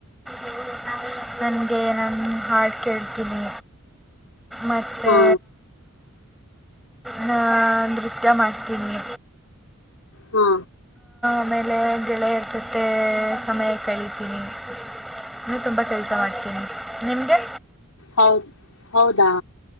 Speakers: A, in the centre; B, on the left.
A: ಇದು ನಾವೆಲ್ಲ ನನಗೆ ನಾನು ಹಾಡು ಕೇಳ್ತೀನಿ ಮತ್ತು
B: ಹಾ
A: ಹ ನೃತ್ಯ ಮಾಡ್ತೀನಿ
B: ಹಾ
A: ಆಮೇಲೆ ಗೆಳೆಯರ ಜೊತೆ ಸಮಯ ಕಳಿತೀನಿ ನೀ ತುಂಬಾ ಕೆಲಸ ಮಾಡ್ತೀನಿ ನಿಮಗೆ
B: ಹೌದ್ ಹೌದಾ